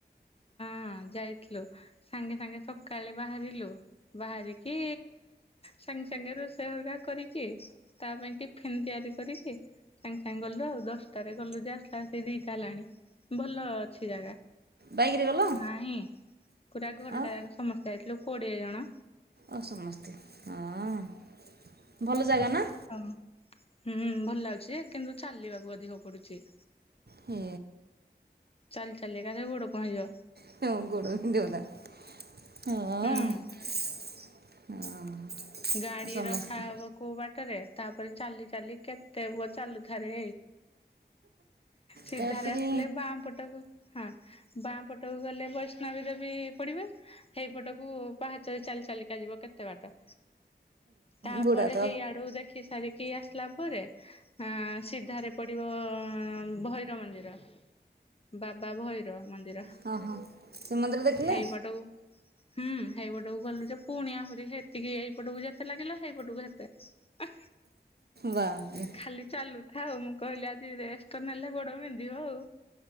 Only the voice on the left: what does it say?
ହଁ ଯାଇଥିଲୁ ସାଙ୍ଗେ ସାଙ୍ଗେ ସକାଳେ ବାହାରିଲୁ ବାହାରିକି ସାଙ୍ଗେ ସାଙ୍ଗେ ରୋଷେଇ ହଗା କରିକି ତା ପାଇଁ ଟିଫିନ୍ ତିଆରି କରିକି- ସାଙ୍ଗେ ସାଙ୍ଗେ ଗଲୁ ଆଉ ଦଶଟାରେ ଗଲୁ ଯେ ଆସିଲା ଆସି ଦିଇଟା ହେଲାଣି ଭଲ ଅଛି ଜାଗା।
ନାହିଁ ପୁରା ଘରଟା
ଯାକ ସମସ୍ତେ ଯାଇଥିଲୁ କୋଡିଏ ଜଣ।
ହମ୍ ହୁଁ ଭଲ ଅଛି ଯେ କିନ୍ତୁ ଚାଲିବାକୁ ଅଧିକ ପଡୁଚି।
ଚାଲି ଚାଲିକା ଖା ଗୋଡ଼ କଣ ହେଇଯିବ।
ହୁଁ।
ଗାଡି
ରଖାହବ କୋଉ ବାଟରେ ତାପରେ ଚାଲି ଚାଲି କେତେ ପୁଅ ଚାଲୁଥାରେ। ସିଧାରେ
ଆସିଲେ ବାଁ ପଟକୁ ହଁ ବାଁ ପଟକୁ ଗଲେ ବୈଷ୍ଣବୀ ଦେବୀ ପଡିବେ ହେଇପଟକୁ ପାହାଚରେ ଚାଲି ଚାଲିକା ଯିବ କେତେ ବାଟ। ତାପରେ
ହେଇଆଡୁ ଦେଖି ସାରିକି ଆସିଲା ପରେ ଆଁ ସିଧାରେ ପଡିବ ଅଁ ଭୈର ମନ୍ଦିର ବାବା ଭୈର ମନ୍ଦିର।
ହେଇପଟକୁ ହୁଁ ହେଇପଟକୁ ଗଲୁ ଯେ ପୁଣି ଆହୁରି ହେତିକି ଏଇ ପଟକୁ ଯେତେ ଲାଗିଲା ହେଇପଟକୁ ସେତେ
ଖାଲି ଚାଲୁ ଥାଉ ମୁଁ କହିଲି ଆଜି ରେଷ୍ଟ୍ ନେଲେ ଗୋଡ ବିନ୍ଧିବ ଆଉ।